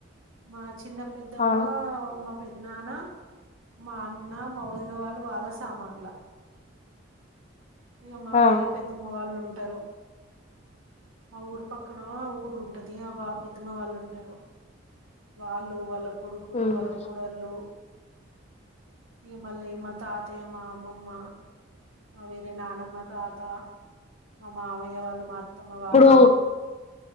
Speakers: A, on the right; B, on the left.
A: మా చిన్న పెద్దమ్మ
B: ఆ
A: మా పెద్దనాన్న మా అన్న మా వదినా వాళ్ళు వాళ్ళ సామాన్ల ఇక మా
B: ఆ
A: వేరే పెద్దమ్మ వాళ్ళు ఉంట తరు మా ఊరు పక్కన ఆ ఊరు ఉంటది మా పెద్దమ్మ వాళ్ళు ఉంటారు వాళ్ళు వాళ్ళ కొడుకులు
B: ఉహు
A: వాళ్ళ కోడళ్ళు ఇగ మళ్ళీ మా తాతయ్య మా అమ్మమ్మ మా వేరే నానమ్మ తాత మా మామయ్య వాళ్ళు మా అత్తమ్మ వాళ్ళు
B: డు